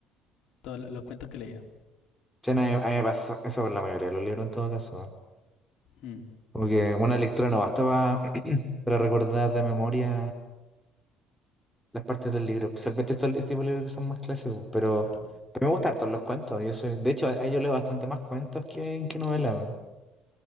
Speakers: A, on the left; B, in the centre.
A: todos lo- los cuentos que leía.
B: Sí, no, a mí a mí me pasó eso con la mayoría de los libros en todo caso. ¿eh?
A: Mm,
B: Como que una lectura no basta pa- <clears throat> para recordar de memoria las partes del libro, especialmente estos este tipo de libros que son más clásicos, pero,
A: claro.
B: pero me gustan harto los cuentos. Yo soy, de hecho, a- yo leo bastante más cuentos que, que novelas. weón.